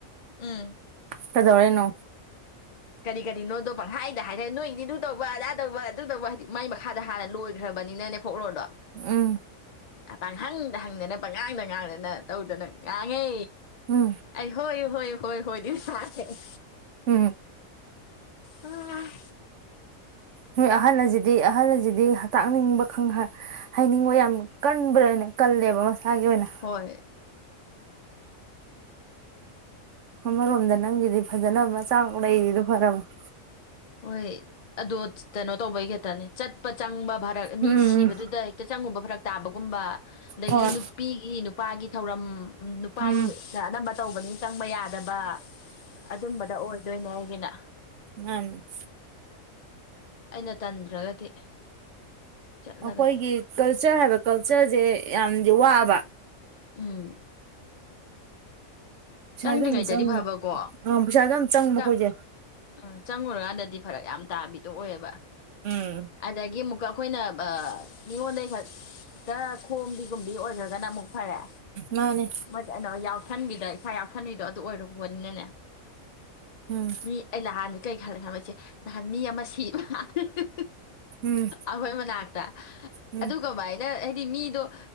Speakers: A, on the left; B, on the right.
A: ꯎꯝ
B: ꯀꯗꯧꯔꯩꯅꯣ
A: ꯀꯔꯤ ꯀꯔꯤꯅꯣꯗꯣ ꯄꯪꯈꯥꯏꯗ ꯍꯥꯏꯔꯦ ꯅꯣꯏꯗꯤ ꯑꯗꯨ ꯇꯧꯕ ꯑꯗꯥ ꯇꯧꯕ ꯑꯗꯨ ꯇꯧꯕ ꯍꯥꯏꯗꯤ ꯃꯥꯏ ꯃꯈꯥꯗ ꯍꯥꯟꯅ ꯂꯣꯏꯈ꯭ꯔꯕ ꯕꯅꯤꯅꯅꯦ ꯐꯣꯛꯂꯣꯔꯗꯣ
B: ꯎꯝ
A: ꯄꯍꯪꯗ ꯍꯪꯗꯅ ꯄꯉꯥꯡꯗ ꯉꯥꯡꯗꯅ ꯇꯧꯗꯅ ꯉꯥꯡꯉꯦ
B: ꯎꯝ
A: ꯑꯩ ꯍꯣꯏ ꯍꯣꯏ ꯍꯣꯏ ꯍꯣꯏ ꯐꯔꯦ <unintelligible>
B: ꯎꯝ
A: ꯎꯝ ꯑ
B: ꯍꯣꯏ ꯑꯍꯜ ꯑꯖꯤꯗꯤ ꯑꯍꯜ ꯑꯁꯤꯗꯤ ꯇꯥꯛꯅꯤꯡꯕ ꯈꯪꯍ ꯍꯥꯏꯩꯅꯤꯡꯕ ꯌꯥꯝ ꯀꯟꯕ꯭ꯔꯅꯦ ꯀꯜꯂꯦꯕ ꯃꯁꯥꯒꯤ ꯑꯣꯏꯅ
A: ꯍꯣꯏ
B: ꯑꯃꯔꯣꯝꯗ ꯅꯪꯒꯤꯗꯤ ꯐꯖꯅ ꯃꯆꯥꯡ ꯂꯩꯔꯤꯗꯨ ꯐꯔꯕꯅꯦ
A: ꯍꯣꯏ ꯑꯗꯣ ꯀꯩꯅꯣ ꯇꯧꯕꯩ ꯈꯛꯇꯅꯦ ꯆꯠꯄ ꯆꯪꯕ ꯐꯔꯛ
B: ꯎꯝ
A: ꯃꯤ ꯁꯤꯕꯗꯨꯗ ꯍꯦꯛꯇ ꯆꯪꯉꯨꯕ ꯐꯔꯛ ꯇꯥꯕꯒꯨꯝꯕ ꯑꯗꯒꯤ
B: ꯍꯣꯏ
A: ꯅꯨꯄꯤꯒꯤ ꯅꯨꯄꯥꯒꯤ ꯊꯧꯔꯝ ꯅꯨꯄꯥꯒꯤ
B: ꯎꯝ
A: ꯑꯅꯝꯕ ꯇꯧꯕꯅꯤꯅ ꯆꯪꯕ ꯌꯥꯗꯕ ꯑꯗꯨꯝꯕꯗ ꯑꯣꯏ ꯑꯗꯨꯏꯅꯦ ꯑꯩꯒꯤꯅ
B: ꯃꯥꯅꯤ
A: ꯑꯩꯅ ꯇꯟꯗ꯭ꯔꯒꯗꯤ ꯆꯠꯂꯒꯗꯤ
B: ꯑꯩꯈꯣꯏꯒꯤ ꯀꯜ ꯀꯜꯆꯔ ꯍꯥꯏꯕ ꯀꯜꯆꯔꯁꯦ ꯌꯥꯝꯗꯤ ꯋꯥꯕ
A: ꯎꯝ
B: ꯄꯩꯁꯥꯁꯨ
A: ꯆꯪꯗ꯭ꯔꯤꯉꯩꯗꯗꯤ
B: ꯌꯥꯝ ꯆꯪꯕ
A: ꯐꯕꯀꯣ
B: ꯑ ꯄꯩꯁꯥꯁꯨ ꯌꯥꯝ ꯆꯪꯕ
A: ꯆꯪ
B: ꯑꯩꯈꯣꯏꯁꯦ
A: ꯑ ꯆꯪꯉꯨꯔꯀꯥꯟꯗꯗꯤ ꯐꯔꯛ ꯌꯥꯝ ꯇꯥꯕꯤꯗꯣ ꯑꯣꯏꯌꯦꯕ
B: ꯎꯝ
A: ꯑꯗꯒꯤ ꯑꯃꯨꯛꯀ ꯑꯩꯈꯣꯏꯅ ꯑ ꯃꯤꯉꯣꯟꯗꯒꯤ ꯈꯛꯇ ꯈꯣꯝꯕꯤꯒꯨꯝꯕꯤ ꯑꯣꯏꯈ꯭ꯔꯒꯅ ꯑꯃꯨꯛ ꯐꯔꯦ
B: ꯃꯥꯅꯦ
A: ꯃꯩꯠ ꯑꯩꯅ ꯌꯥꯎ <unintelligible> ꯐꯟꯕꯤꯗꯥꯏ <unintelligible> ꯏꯁꯥ ꯌꯥꯎꯁꯟꯕꯤꯗꯣ ꯑꯗꯨ ꯑꯣꯏꯔꯨ ꯄꯣꯠꯅꯤꯅꯅꯦ
B: ꯎꯝ
A: ꯃꯤ ꯑꯩ ꯅꯍꯥꯟꯗꯤ ꯀꯩ ꯈꯜꯂꯦ ꯍꯥꯏꯕ ꯏꯆꯦ ꯅꯍꯥꯟ ꯃꯤ ꯑꯃ ꯁꯤꯕ ꯍꯤ ꯍꯤ ꯍꯤ
B: ꯎꯝ
A: ꯑꯈꯣꯏ ꯃꯅꯥꯛ
B: ꯎꯝ
A: ꯑꯗꯨꯀꯃꯥꯏ ꯅ ꯍꯥꯏꯗꯤ ꯃꯤꯗꯣ